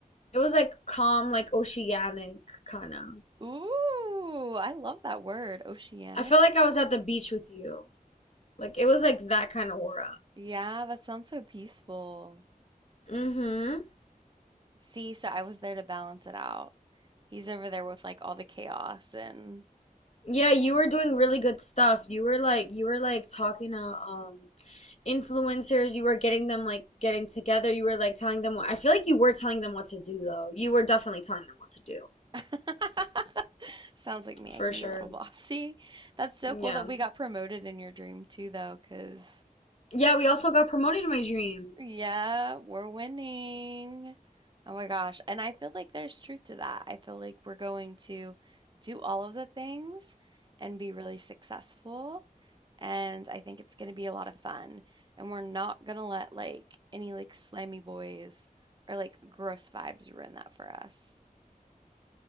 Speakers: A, on the left (about 50°); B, on the right (about 30°).
A: it was like calm like oceanic kind of
B: Ooh, I love that word, oceanic.
A: I felt like I was at the beach with you like it was like that kind of aura
B: Yeah, that sounds so peaceful.
A: mm-hmm
B: See, so I was there to balance it out. He's over there with like all the chaos and
A: Yeah, you were doing really good stuff. You were like you were like talking to um influencers, you were getting them like getting together, you were like telling them what I feel like you were telling them what to do though. You were definitely telling them what to do.
B: <laughs> sounds like me.
A: For
B: I can
A: sure.
B: be a little bossy. That's so
A: Yeah.
B: cool that we got promoted in your dream too, though, because
A: Yeah, we also got promoted in my dream.
B: yeah, we're winning. Oh my gosh. And I feel like there's truth to that. I feel like we're going to do all of the things and be really successful. and I think it's going to be a lot of fun. And we're not going to let like any like slimy boys or like gross vibes ruin that for us.